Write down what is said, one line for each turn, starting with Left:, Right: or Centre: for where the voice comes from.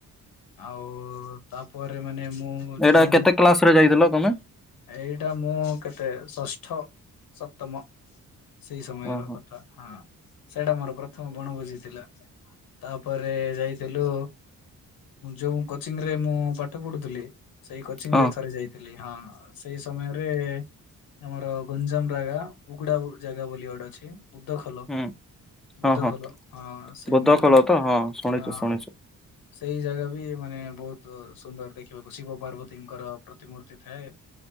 Left: ଆଉ, ତାପରେ ମାନେ ମୁଁ
Centre: ଏଇଟା
Left: ଯୋଉ
Centre: କେତେ କ୍ଲାସ ରେ ଯାଇଥିଲ ତମେ
Left: ଏଇଟା ମୁଁ କେତେ ଷଷ୍ଠ, ସପ୍ତମ ସେଇ ସମୟର
Centre: ଓହୋ
Left: କଥା, ହଁ ସେଇଟା ମୋର ପ୍ରଥମ ବଣଭୋଜି ଥିଲା ତାପରେ ଯାଇଥିଲୁ ଯୋଉ କୋଚିଂ ରେ ମୁଁ ପାଠ ପଢୁଥିଲି, ସେଇ କୋଚିଂ
Centre: ହଁ
Left: ରେ
Centre: ହଁ
Left: ଥରେ ଯାଇଥିଲି, ହଁ ସେଇ ସମୟରେ ଆମର ଗଞ୍ଜାମ ଜଗା ବୁଗୁଡା ଜାଗା ବୋଲି ଗୁଟେ ଅଛି ବୁଧ ଖୋଲ
Centre: ହୁଁ
Left: । ବୁଦ୍ଧ
Centre: ହଁ ହଁ
Left: ଖୋଲ, ହଁ ସେଇ
Centre: ବୋଧ
Left: ମନ୍ଦିରକୁ
Centre: ଖୋଳ ତ ହଁ ଶୁଣିଛୁ
Left: ହଁ।
Centre: ଶୁଣିଛୁ।
Left: ସେଇ ଜାଗା ବି ମାନେ ବହୁତ ସୁନ୍ଦର ଦେଖିବାକୁ, ଶିବ ପାର୍ବତୀଙ୍କର ପ୍ରତିମୂର୍ତ୍ତି ଥାଏ।